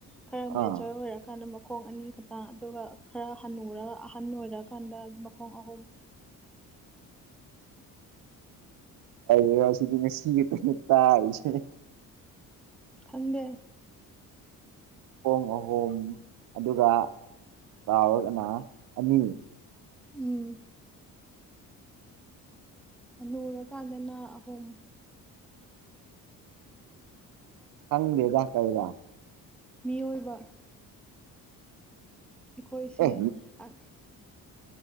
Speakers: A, in the centre; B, on the right.
A: ꯈꯔ ꯃꯦꯆꯣꯔ
B: ꯑꯥ
A: ꯑꯣꯏꯔꯛ ꯀꯥꯟꯅ ꯃꯈꯣꯡ ꯑꯅꯤ ꯈꯠꯇ ꯑꯗꯨꯒ ꯈꯔ ꯍꯟꯅꯨꯔꯒ ꯑꯍꯟ ꯑꯣꯏꯔꯛ ꯀꯥꯟꯗ ꯃꯈꯣꯡ ꯑꯍꯨꯝ
B: ꯑꯩꯌꯥ ꯁꯤꯗꯤ ꯉꯁꯤ ꯈꯛꯇꯅꯤ ꯇꯥꯔꯤꯁꯤ
A: ꯈꯪꯗꯦ
B: ꯈꯣꯡ ꯑꯍꯨꯝ ꯑꯗꯨꯒ ꯆꯥꯎꯔꯒꯅ ꯑꯅꯤ
A: ꯎꯝ ꯍꯅꯨꯔ ꯀꯥꯟꯗꯅ ꯑꯍꯨꯝ
B: ꯈꯪꯗꯦꯗ ꯀꯩꯔꯤꯔ
A: ꯃꯤꯑꯣꯏꯕ ꯏꯈꯣꯏꯁꯦ
B: ꯑꯦ
A: ꯑꯛ